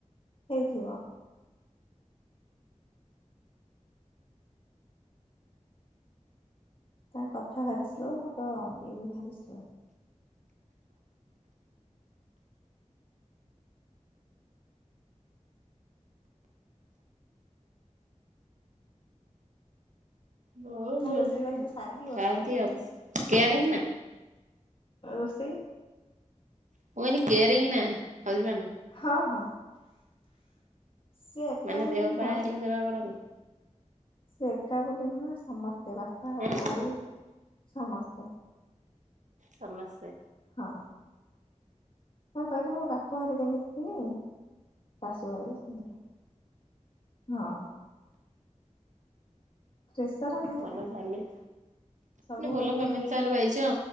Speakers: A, on the left; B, on the right.
A: ହେଇଥିବ। ତାଙ୍କ କଥା ଭାରି ସ୍ଲୋ ତାଙ୍କ ଇଏ ବି ଭାରି ସ୍ଲୋ
B: ହଁ
A: ତା
B: ଜଣେ
A: ରୋଷେଇ
B: ଜଣେ
A: ବାସ ସାରିକି
B: ଥାଆନ୍ତି
A: ବସିଛନ୍ତି
B: ଆଉ
A: ନାଇ
B: କେୟାରିଂ ନା
A: ରୋଷେଇ
B: ଓହନି କ୍ୟାରେଇଂ ନା ହଜବାଣ୍ଡ୍।
A: ହଁ ହଁ ସେ ଏକା
B: ମାନେ
A: ବୋଲି
B: ଦେହ
A: ନୁହଁ
B: ପା ହେଲେ ସେବା କରନ୍ତି?
A: ସେ ଏକା ବୋଲି ନୁହେଁ ସମସ୍ତେ ବାପା,
B: ଆଁ
A: ବୋଉ ସମସ୍ତେ।
B: ସମସ୍ତେ।
A: ହଁ। ହଁ, ସେଠୁ ମୁ ବାପ ଘରେ ଯେମିତି ଥିଲି ଶାଶୁ ଘରେ ବି ସେମିତି। ହଁ। ପ୍ରେସର ନାଇଁ
B: ଭଲ
A: କାମରେ
B: ଫ୍ୟାମିଲି
A: ସବୁ
B: ଭଲ
A: ମାନେ
B: ଫ୍ୟାମିଲି ତାହେଲେ ପାଇଛ